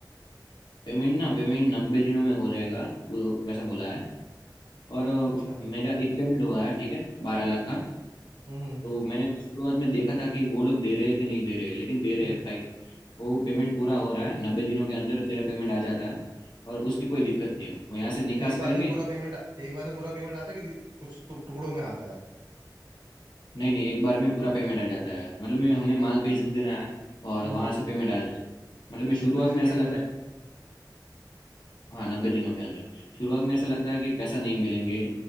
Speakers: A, on the left; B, on the right.
A: पेमेंट ना पेमेंट नब्बे दिनों में हो जाएगा वो वैसा बोला है और अ,
B: अच्छा
A: मेरा एक पेमेंट हुआ है ठीक है बारह लाख का
B: हम्म
A: तो मैंने शुरुआत में देखा था कि वो लोग दे रहे हैं कि नहीं दे रहे हैं लेकिन दे रहे
B: हम्म।
A: हैं भाई
B: तो
A: वो पेमेंट पूरा हो रहा है नब्बे दिनों के अंदर तेरा पेमेंट आ जाता है और उसकी कोई दिक्कत नहीं है वो यहाँ से निकास
B: तो एक बार
A: करेंगे
B: में पूरा पेमेंट एक बार में पूरा पेमेंट आता है कि धी- कुछ टुक- टुकड़ों में आता है
A: नहीं नहीं एक बार में पूरा पेमेंट आ जाता है मतलब में हमें माल भेज देना है और
B: हम्म
A: वहां से पेमेंट आ जाएगा मतलब मैं शुरुआत
B: नब्बे दिन
A: में ऐसा
B: के अंदर
A: लगता है हाँ नब्बे दिनों के अंदर शुरुआत में ऐसा लगता है कि पैसा नहीं मिलेंगे